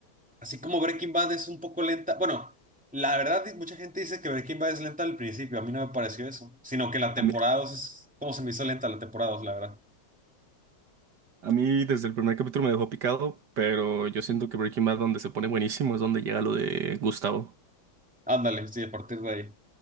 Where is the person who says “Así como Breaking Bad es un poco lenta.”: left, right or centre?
Centre